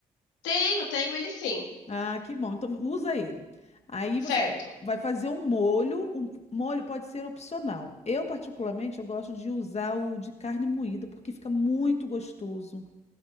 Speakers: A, on the left; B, on the left.
A: Tenho, tenho ele sim.
B: Ah, que bom. Então usa ele. Aí
A: Certo.
B: você vai fazer um molho. O molho pode ser opcional. Eu, particularmente, eu gosto de usar o de carne moída, porque fica muito gostoso.